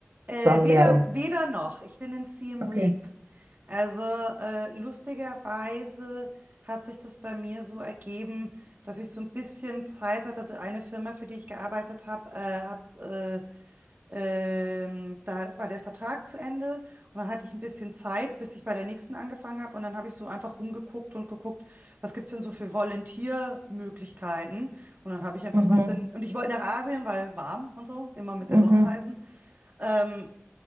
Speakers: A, on the right; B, on the right.
A: Äh,
B: So am
A: weder,
B: Meer irgendwo.
A: weder noch. Ich bin in Siem
B: Okay.
A: Reap. Also äh, lustigerweise hat sich das bei mir so ergeben, dass ich so ein bisschen Zeit hatte. Also eine Firma, für die ich gearbeitet habe, äh, hat äh, ähm, da war der Vertrag zu Ende und dann hatte ich ein bisschen Zeit, bis ich bei der nächsten angefangen habe. Und dann habe ich so einfach rumgeguckt und geguckt, was gibt es denn so für Volunteer-Möglichkeiten. Und dann habe ich einfach
B: Mhm.
A: was in. Und ich wollte nach Asien, weil warm und so, immer mit
B: Mhm.
A: der Sonne reisen. Ähm,